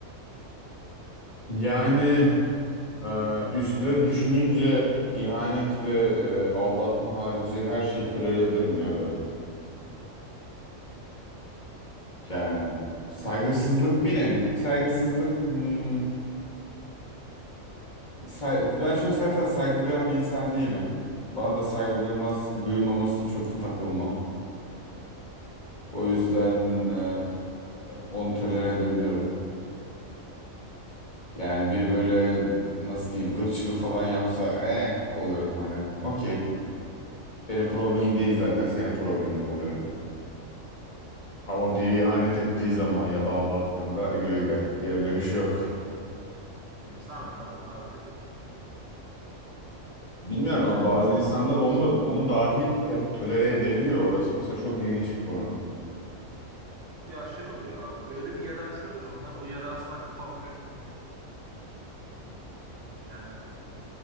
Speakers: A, on the left; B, on the right.
A: Yani e, üstüne düşününce ihanet ve e, aldatma harici her şeyi tolere ederim ya ben. Yani saygısızlık bir nev. Saygısızlık hmm, say- ben çok zaten saygı duyan bir insan değilim. Bana da saygı duyulmaz, duyulmaması çok da takılmam. O yüzden e, onu tolere edebilirim. Yani bir böyle nasıl diyeyim ırkçılık falan yapsa eh oluyorum hani. Okey. Benim problemim değil zaten senin problemin oluyorum. Ama bir ihanet ettiği zaman ya da aldattığında güle güle geri dönüşü yok.
B: Ya Bir zahmet abi o kadar da değil.
A: Bilmiyorum ama
B: Yani
A: bazı insanlar onu da onu dahi te- tolere edebiliyor. Orası mesela çok ilginç bir konu.
B: ya şey oluyor abi öyle bir yara açıyor ki onlar o yara asla kapanmıyor ki. Yani